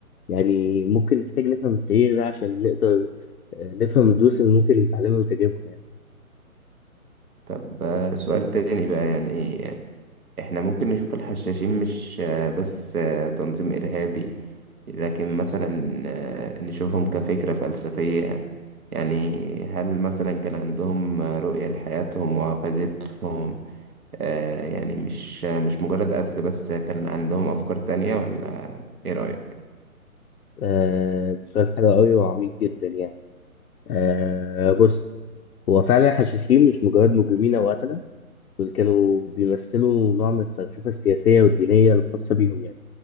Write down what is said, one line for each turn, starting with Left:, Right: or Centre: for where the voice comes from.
Left: يعني ممكن نحتاج نفهم التاريخ ده عشان نقدر آه، نفهم الدروس اللي ممكن نتعلمها من تجاربهم يعني.
Right: طب آه، سؤال تاني بقى يعني إحنا ممكن نشوف الحشاشين مش آه، بس آه، تنظيم إرهابي لكن مثلا آه، نشوفهم كفكرة فلسفية يعني هل مثلا كان عندهم آه، رؤية لحياتهم وعقيدتهم آه يعني مش مش مجرد قتل بس كان عندهم أفكار تانية ولا إيه رأيك؟
Left: آه ده سؤال حلو قوي وعميق جدا يعني آه بص هو فعلا الحشاشين مش مجرد مجرمين أو قتلة دول كانوا بيمثلوا نوع من الفلسفة السياسية والدينية الخاصة بيهم يعني